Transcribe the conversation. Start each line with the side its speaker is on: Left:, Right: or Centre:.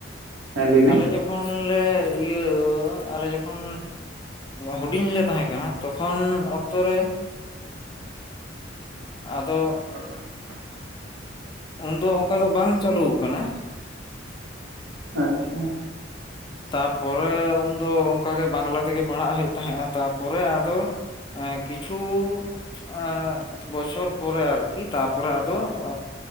Right: ᱦᱮᱸ ᱞᱟᱹᱭ ᱢᱮ
Left: ᱟᱞᱮ ᱡᱚᱠᱷᱚᱱ᱾ ᱛᱚᱠᱷᱚᱱ ᱞᱮ ᱤᱭᱟᱹ ᱟᱞᱮ ᱡᱚᱠᱷᱚᱱ ᱦᱩᱰᱤᱧ ᱞᱮ ᱛᱟᱦᱮᱸ ᱠᱟᱱᱟ᱾ ᱛᱚᱠᱷᱚᱱ ᱚᱠᱛᱚ ᱨᱮ ᱟᱫᱚ᱾
Right: <inaudible>
Left: ᱩᱱᱫᱚ ᱚᱱᱠᱟ ᱫᱚ ᱵᱟᱝ ᱪᱟᱹᱞᱩ ᱟᱠᱟᱱᱟ᱾
Right: ᱟᱪᱷᱟ᱾
Left: ᱛᱟᱯᱚᱨᱮ ᱩᱱᱫᱚ ᱚᱱᱠᱟᱜᱮ ᱵᱟᱝᱞᱟ ᱛᱮᱜᱮ ᱯᱟᱲᱦᱟᱜ ᱦᱩᱭᱩᱜ ᱛᱟᱦᱮᱫᱼᱟ ᱛᱟᱨᱯᱚᱨᱮ ᱟᱫᱚ᱾ ᱠᱤᱪᱷᱩ᱾ ᱟᱸ ᱵᱚᱪᱷᱚᱨ ᱯᱚᱨᱮ ᱟᱨᱠᱤ ᱛᱟᱨᱯᱚᱨᱮ ᱟᱫᱚ ᱾